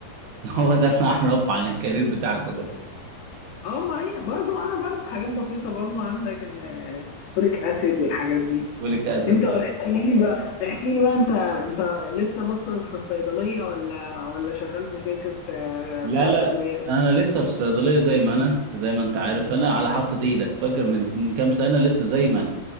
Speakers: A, on the right (about 75°); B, on the left (about 75°).
A: <laughs> هو ده اللي اعرفه عن الكارير بتاعكم ده
B: اه ما هي برضو انا بعرف حاجات بسيطه برضو عندك ان فوليك اسيد والحاجات دي
A: فوليك اسيد
B: انت احكي
A: اه
B: لي بقى احكي لي بقى انت انت لسه بس في الصيدليه ولا ولا شغال في شركه آه،
A: لا
B: بتاعت
A: لا
B: ادويه
A: انا لسه في الصيدليه زي ما انا زي ما انت عارف انا على حطة ايدك فاكر من سن- كام سنه لسه زي ما انا